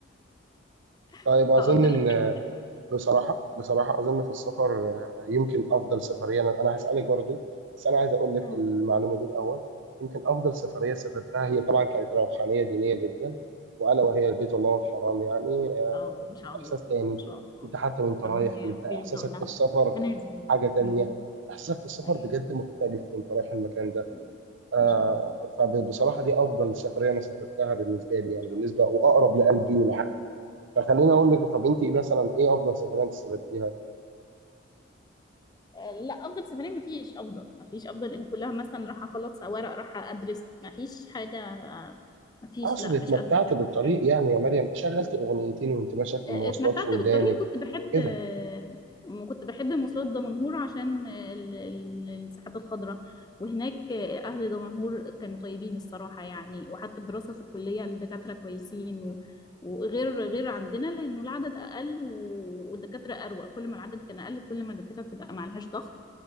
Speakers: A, on the right; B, on the left.
A: <laughs>
B: <laughs>
A: طيب اظن
B: هأجر لك
A: ان بصراحة بصراحة أظن في السفر آه، يمكن أفضل سفرية أنا أنا هسألك برضو بس أنا عايز أقول لك
B: حتة
A: المعلومة دي الأول يمكن أفضل سفرية سافرتها هي طبعا كانت روحانية دينية جدا وألا وهي بيت الله الحرام يعني آه،
B: اه ما شاء الله
A: إحساس تاني
B: ما شاء الله
A: أنت حتى وأنت رايح
B: ربنا
A: بيبقى
B: ربنا يرزقنا
A: إحساسك في السفر
B: ربنا يرزقنا
A: حاجة تانية
B: امم
A: إحساسك في السفر
B: ايوه
A: بجد مختلف وأنت رايح المكان ده
B: ايوه
A: آه،
B: ما شاء الله ما
A: فبصراحة دي أفضل سفرية أنا سافرتها بالنسبة لي يعني
B: شاء
A: بالنسبة
B: الله
A: وأقرب
B: ايوه
A: لقلبي والعقل فخليني اقول
B: ايوه
A: لك طب انت إيه مثلا ايه افضل سفريه انت سافرتيها؟
B: آه، لا افضل سفرية ما فيش افضل ما فيش افضل ان كلها مثلا راح اخلص ورق راح ادرس ما فيش حاجة ما فيش
A: اقصد
B: لا
A: اتمتعت
B: مش قادرة اجاوب
A: بالطريق
B: على السؤال
A: يعني يا مريم شغلت اغنيتين وانت ماشيه في المواصلات
B: اتمتعت
A: في ودانك
B: بالطريق كنت بحب
A: كده
B: آه، كنت بحب مواصلات دمنهور عشان آه، ال- ال- الساحات الخضراء وهناك آه، أهل دمنهور كانوا طيبين الصراحة يعني وحتى الدراسة في الكلية الدكاترة كويسين و- وغير غير عندنا لأنه العدد أقل و- والدكاترة أروق كل ما العدد كان أقل كل ما الدكاترة بتبقى معلهاش ضغط